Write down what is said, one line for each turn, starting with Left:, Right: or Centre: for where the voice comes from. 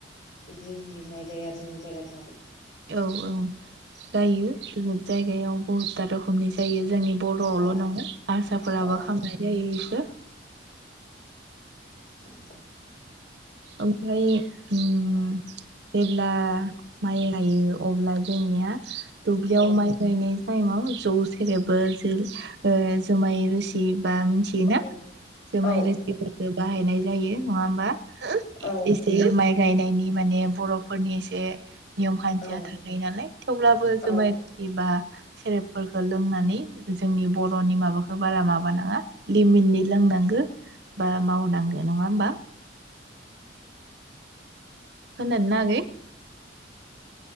Left: बिदि होयो। नाय जायो आरो जोंनि जायगाथिं आब'।
Right: औ औ गायो बुहुत जायगायाव बहुदता रखमनि जा जायो। जोंनि बर' आवल
Left: औ
Right: नङा आरसाफोराबो
Left: औ
Right: खालामामनाय जायो इखो।
Left: ओं।
Right: ओमफ्राय ओम जेब्ला माइ लाइयो अब्ला जोंनिया दुब्लियाव
Left: औ
Right: माइ गायनाय टाइमाव जौसे जेरैबो जो ओ जोमाय रोसि बा मिथियोना
Left: औ
Right: जोमाय
Left: औ
Right: रोसिफोरखो बाहायनाय जायो। नङा ओमबा।
Left: औ
Right: इ इसे माइ गायनाय नि माने बर' फोरनि एसे नियम खान्थिया
Left: औ
Right: थाखायो नालाय थेवब्लाबो जोमाय
Left: औ
Right: होयोबा सेरेबफोरखो लोंनानै जोंनि बर'नि माबाखो बारा माबानाङा लिमिटनि लोंनांगो बा मावनांगो नङा ओमबा। खोनादोना आगै?